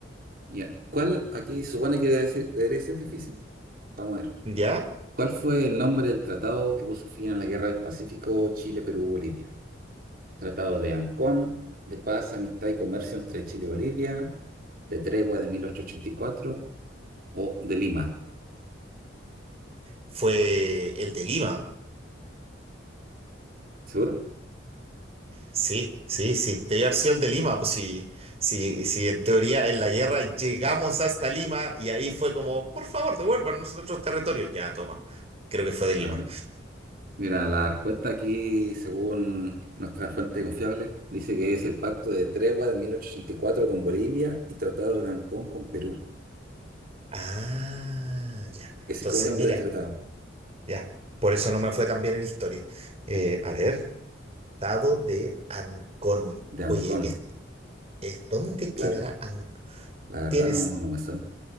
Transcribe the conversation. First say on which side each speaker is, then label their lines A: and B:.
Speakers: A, on the right; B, on the right.
A: Ya, ¿cuál aquí se supone que debe ser, debería ser difícil? Vamos a ver.
B: ¿Ya?
A: ¿Cuál fue el nombre del tratado que puso fin a la Guerra del Pacífico Chile-Perú-Bolivia? Tratado de Ancón, de paz, amistad y comercio entre Chile y Bolivia, de tregua de mil ochocientos ochenta y cuatro o de Lima.
B: Fue el de Lima.
A: ¿Seguro?
B: Sí, sí, sí, te haber sido el de Lima, pues sí, sí, sí, en teoría en la guerra llegamos hasta Lima y ahí fue como, por favor, devuélvanos nuestros territorios. Ya, toma, creo que fue de
A: Claro.
B: Lima.
A: Mira, la respuesta aquí, según nuestra fuente confiable, dice que es el Pacto de Tregua de mil ochocientos ochenta y cuatro con Bolivia y Tratado de Ancón con Perú.
B: Ah, ya.
A: Ese
B: Entonces,
A: es como el nombre
B: mira,
A: del tratado,
B: ya, por eso no me fue tan bien en historia. Eh, a ver, estado de Ancón.
A: de Ancón,
B: Oye, es- es- ¿dónde
A: claro.
B: quedará Ancón?
A: La verdad
B: Tienes...
A: no, no me suena.